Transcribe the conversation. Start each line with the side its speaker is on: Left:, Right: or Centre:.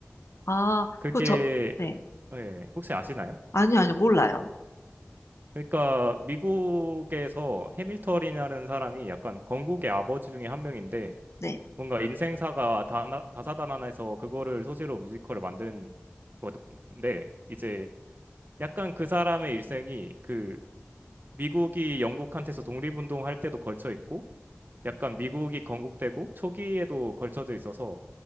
Left: 아,
Right: 그게
Left: 그 저, 네.
Right: 예, 혹시 아시나요?
Left: 아니요, 아니요, 몰라요.
Right: 그러니까 미국에서 해밀턴이라는 사람이 약간 건국의 아버지 중에 한 명인데
Left: 네.
Right: 뭔가 인생사가 다나, 다사다난해서 그거를 소재로 뮤지컬을 만든 건데 이제 약간 그 사람의 일생이 그 미국이 영국한테서 독립운동할 때도 걸쳐 있고 약간 미국이 건국되고 초기에도 걸쳐져 있어서